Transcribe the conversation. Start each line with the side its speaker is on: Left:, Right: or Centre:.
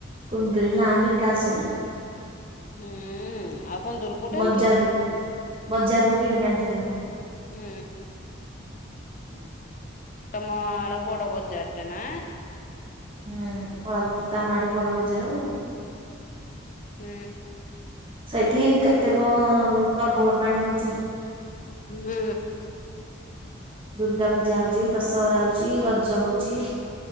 Right: କୁନ୍ଦୁରି ନାଁ ବିକା ଆସୁନି।
Left: ହୁଁ ଆଉ କଣ କୁନ୍ଦୁରି କୋଉଠୁ
Right: ବଜାରରୁ
Left: ଆଣିଥିଲ।
Right: ବଜାରରୁ କିଣିକି ଆଣିଥିଲି ମୁଁ
Left: ହୁଁ।
Right: <inaudible>
Left: ତମର ବଡ ବଜାର ଟେ ନା।
Right: ହୁଁ କଳାପଥର ତ ଆମ ଆଡେ ବଡ ବଜାର ଆଉ।
Left: ହୁଁ।
Right: ସେଇଠି କେତେକ ପର୍ବପର୍ବାଣୀ ହଉଛି।
Left: ହୁଁ।
Right: ଦୁର୍ଗା ପୂଜା ହଉଚଛି ଦଶହରା ହଉଛି ରଜ ହଉଛି।